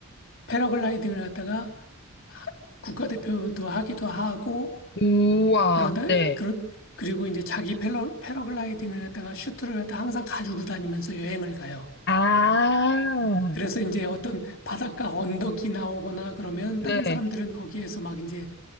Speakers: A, on the left; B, on the left.
A: 패러글라이딩을 갖다가 하- 국가대표도 하기도 하고
B: 우와,
A: 그러다
B: 네.
A: 그러, 그리고 이제 자기 패러, 패러글라이딩을 갖다가 슈트를 갖다 항상 가지고 다니면서 여행을 가요.
B: 아,
A: 그래서 이제 어떤 바닷가 언덕이 나오거나 그러면
B: 네.
A: 다른 사람들은 거기에서 막 이제